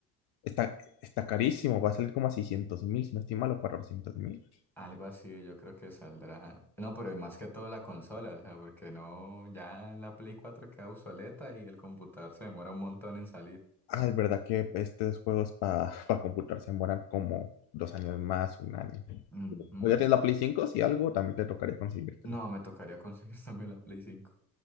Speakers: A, on the left; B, in the centre.
A: Está, está carísimo, va a salir como a seiscientos mil, si no estoy mal, o cuatrocientos mil.
B: Algo así, yo creo que saldrá. No, pero y más que todo la consola, o sea, porque no, ya la Play cuatro queda obsoleta y el computador se demora un montón en salir.
A: Ah, es verdad que estos juegos para computar <laughs> se demoran como dos años más, un año.
B: Ujú.
A: O ya tienes la Play cinco si algo, también te tocaría conseguírtela.
B: No, me tocaría conseguir <laughs> también la Play cinco